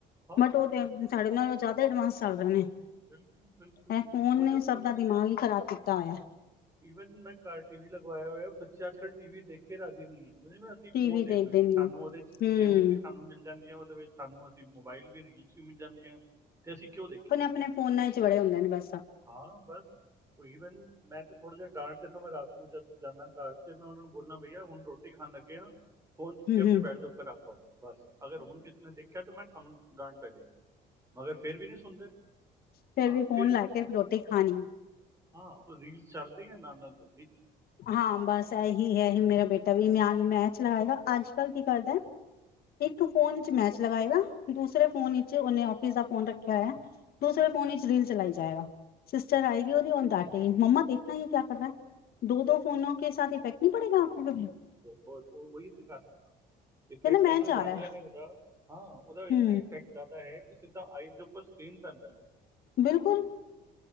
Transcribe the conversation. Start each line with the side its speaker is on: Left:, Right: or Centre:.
Right: ਹਾਂ
Left: ਬੱਟ, ਉਹ ਤੇ
Right: ਬਿਲਕੁਲ
Left: ਸਾਡੇ ਨਾਲ ਜ਼ਿਆਦਾ ਐਡਵਾਂਸ ਚੱਲ ਰਹੇ ਨੇ।
Right: ਬਿਲਕੁਲ, ਬਿਲਕੁਲ,
Left: ਇਹ
Right: ਬਿਲਕੁ।
Left: ਫੋਨ
Right: ਉਹੀ
Left: ਨੇ
Right: ਉਹ ਸਮਝ।
Left: ਸਭ ਦਾ ਦਿਮਾਗ ਹੀ ਖ਼ਰਾਬ ਕੀਤਾ ਹੋਇਆ।
Right: ਵਨ, ਮੈਂ ਕਾਰਟੀ ਵੀ ਲਗਵਾਇਆ ਹੋਇਆ। ਬੱਚੇ ਅੱਜ ਕੱਲ੍ਹ ਟੀ ਵੀ ਦੇਖ ਕੇ ਰਾਜ਼ੀ ਨਹੀਂ ਹੈ ਮੈਂ ਜਿਵੇਂ ਅਸੀਂ
Left: ਟੀ
Right: ਫੋਨ
Left: ਵੀ
Right: ਦੇਖਣਾ
Left: ਦੇਖਦੇ
Right: ਜੀ,
Left: ਨੇ
Right: ਸਾਨੂੰ ਉਹਦੇ 'ਚ
Left: ਹੂੰ
Right: ਗੇਮਸ ਵੀ ਮਿਲ ਜਾਂਦੀਆਂ। ਉਹਦੇ ਵਿੱਚ ਸਾਨੂੰ ਅਸੀਂ ਮੋਬਾਇਲ ਵੀ ਰਸੂ ਮਿਲ ਜਾਂਦੀਆਂ। ਅਤੇ ਅਸੀਂ ਕਿਉਂ ਦੇਖੀਏ?
Left: ਆਪਣੇ ਫੋਨਾਂ 'ਚ ਬੜੇ ਹੁੰਦੇ ਨੇ, ਬਸ।
Right: ਹਾਂ ਬਸ ਈਵਨ ਮੈਂ ਤੇ ਥੋੜਾ ਜਿਹਾ ਡਾਂਟ ਦਿੰਦਾ, ਮੈਂ ਰਾਤ। ਜਾਂਦਾ ਘਰ, ਤੇ ਮੈਂ ਉਹਨਾਂ ਨੂੰ ਬੋਲਣਾ, ਬਈਆ ਹੁਣ ਰੋਟੀ ਖਾਣ ਲੱਗੇ ਆ। ਫੋਨ ਚੁੱਕ
Left: ਹੂੰ-ਹੂੰ-ਹੂੰ-ਹੂੰ
Right: ਕੇ ਆਪਣੇ ਬੈਡ ਦੇ ਉੱਪਰ ਰੱਖ ਆਓ। ਬਸ, ਅਗਰ ਹੁਣ ਕਿਸੇ ਨੇ ਦੇਖਿਆ ਤਾਂ ਮੈਂ ਹਮ ਗਾਂਟ ਪਹਿਰੇ। ਮਗਰ ਫੇਰ ਵੀ ਨਹੀਂ ਸੁਣਦੇ।
Left: ਫੇਿਰ
Right: ਹਾਂ
Left: ਵੀ ਫੋਨ
Right: ਫਿਰ
Left: ਲਾ
Right: ਨਹੀਂ
Left: ਕੇ
Right: ਸੁਣਦੇ
Left: ਰੋਟੀ ਖਾਣੀ।
Right: ਹਾਂ, ਉਹ ਰੀਲਸ ਚੱਲ ਰਹੀ ਹੈ ਨਾਲ ਨਾਲ ਰ।
Left: ਹਾਂ, ਬਸ ਇਹੀ ਹੈ, ਮੇਰਾ ਬੇਟਾ ਵੀ ਈਮਾਨ ਮੈਚ ਲਗਾਏਗਾ। ਅੱਜ ਕੱਲ੍ਹ ਕੀ ਕਰਦਾ, ਇੱਕ ਫੋਨ ਵਿੱਚ ਮੈਚ ਲਗਾਏਗਾ, ਦੂਸਰੇ ਫੋਨ ਵਿੱਚ ਉਹਨੇ ਆਫਿਸ ਦਾ ਫੋਨ ਰੱਖਿਆ ਹੋਇਆ। ਦੂਸਰੇ ਫੋਨ
Right: ਹਾਂ
Left: ਵਿੱਚ ਰੀਲ ਚਲਾਈ ਜਾਏਗਾ, ਸਿਸਟਰ
Right: ਹਾਂ,
Left: ਆਏਗੀ ਉਹਦੀ ਉਹਨੂੰ ਡਾਂ ਤੇ ਮੰਮਾ ਦੇਖ ਨਾ ਯੇਹ ਕਿਆ
Right: ਹਾਂ,
Left: ਕਰ ਰਹਾ? ਦੋ ਫੋਨੋ ਕੇ ਸਾਥ, ਇਫੈਕਟ ਨਹੀਂ ਪੜੇਗਾ ਆਂਖੋ ਪੇ?
Right: ਹੋ ਹੋ, ਉਹੀ ਤੇ ਗੱਲ ਹੈ ਨਾ,,
Left: ਕਹਿੰਦਾ
Right: ਇਫੈਕਟ
Left: ਮੈਂ
Right: ਇੰਨਾ
Left: ਚਾਹ
Right: ਜ਼ਿਆਦਾ
Left: ਰਿਹਾ
Right: ਹੈ ਉਹਦਾ, ਹਾਂ ਉਹਦਾ ਇੰਨਾ
Left: ਹੂੰ
Right: ਇਫੈਕਟ ਜ਼ਿਆਦਾ ਹੈ। ਸਿੱਧਾ, ਆਈਸ ਦੇ ਉੱਪਰ ਸਟੇਨ ਪੈਂਦਾ।
Left: ਬਿਲਕੁਲ।